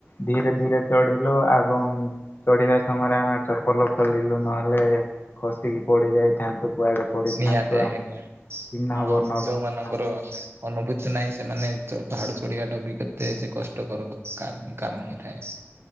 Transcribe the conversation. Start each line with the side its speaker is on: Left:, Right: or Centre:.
Left: ଧୀରେ ଧୀରେ ଚଢି ଲୁ ଏବଂ ଚଢିବା ସମୟରେ ଆମେ ଚପଲ ଖୋଲିଲୁ ନହେଲେ ଖସିକି ପଡିଯାଇ ଯାଇଥାନ୍ତୁ। କୁଆଡେ ପଡିଥାନ୍ତୁ
Right: ନିହାତି ଆଜ୍ଞା
Left: ଚିହ୍ନ
Right: ହଁ
Left: ବର୍ଣ୍ଣ ଆଜ୍ଞା
Right: ଯୋଉମାନଙ୍କର ଅନୁଭୂତି ତି ନାଇଁ ସେମାନେ ପାହାଡ ଚ ଚଢିବା ଟା ବି କେତେ ଯେ କଷ୍ଟକର କା କାମ ହେଇଥାଏ।